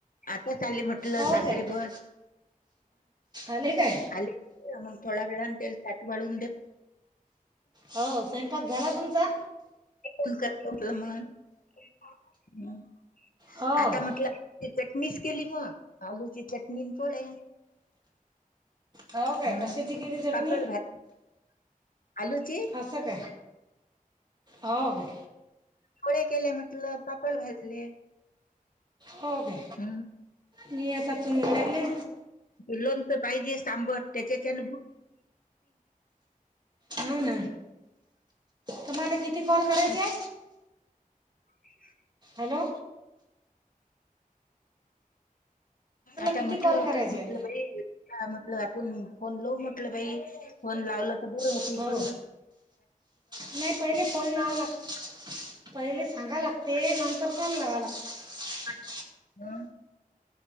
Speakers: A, on the left; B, on the right.
A: आताच आले म्हट. टलं
B: हो
A: सासरी
B: काय
A: बत
B: आले काय
A: आली मग थोडा वेळा तेल तट वाळून
B: हो स्वयंपाक झाला तुमचा
A: फन कर आपलं म्हणून
B: हो
A: आता म्हटलं. चटणीच केली मग आलूची चटणी पळे
B: हो काय
A: हा
B: कशाची केली चटणी
A: पापड भाज आलूची
B: अससं का होव का??
A: गोळ्या केल्या म्हटलं पापड भाजले.
B: हो काे
A: हं.
B: नता तुून वर गले
A: लोणच पाहिजे सांबर त्याच्याच्यान
B: अन तुम्हाला किती कॉल करायचे
A: होत.
B: आहे
A: <inaudible> <inaudible>
B: हॅलो.
A: आता
B: किती
A: म्हटलं
B: कॉल
A: होत
B: करायचे
A: म्हटलं बाई आप आपण फोन लऊ म्हटलं बाई फोन लावलं तर बरं होत
B: हो
A: इकडे.
B: नाही पहिले फोन लाव लाग. पहिले सांगा लागते नंतर कोण लावा लागत.
A: हा.